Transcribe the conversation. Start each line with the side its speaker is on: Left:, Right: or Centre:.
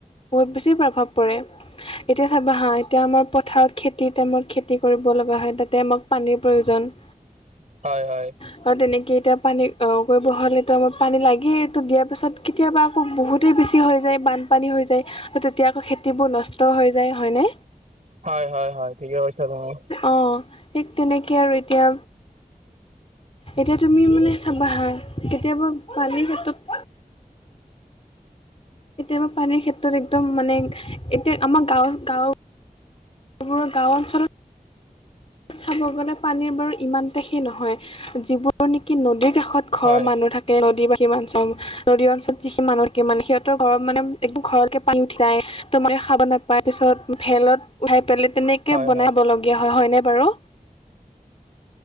Left: বহুত বেছি প্ৰভাৱ পৰে। এতিয়া চাবা হা এতিয়া আমাৰ পথাৰত খেতিৰ টাইমত খেতি কৰিব লগা হয় তাতে আমাক পানীৰ প্ৰয়োজন।
Right: হয় হয়।
Left: কাৰণ তেনেকে এতিয়া পানী অঁ কৰিব হ'লেটো আমাক পানী লাগেই এইটো দিয়াৰ পিছত কেতিয়াবা আকৌ বহুত তেই বেছি হৈ যায় বানপানী হৈ যায় তেতিয়া আকৌ খেতিবোৰ নষ্ট হৈ যায়। হয়নে?
Right: হয় হয় হয় ঠিকে কৈছা তুমি।
Left: অঁ ঠিক তেনেকে আৰু এতিয়া এতিয়া তুমি মানে চাবা হা কেতিয়াবা পানীৰ ক্ষেত্ৰত কেতিয়াবা পানীৰ ক্ষেত্ৰত একদম মানে এতিয়া আমাৰ গাঁৱৰ গাঁও বোৰ গাঁও অঞ্চলত ত চাব গ'লে পানীৰ বাৰু ইমানতা সে নহয় যিবোৰ নিকি নদীৰ কাষত ঘৰ
Right: হয়
Left: মানুহ থাকে নদী বা অঞ্চল নদীৰ অঞ্চলত যিখিনি মানুহ সি মানে সিহঁতৰ ঘৰত মানে একদম ঘৰৰতকে পানী উঠি যায় তো মানে খাব নাপায় পিছত ভেলত উঠাই পেলাই তেনেক কে
Right: হয়
Left: বনাব
Right: হয়
Left: লগীয়া হয়, হয়নে বাৰু?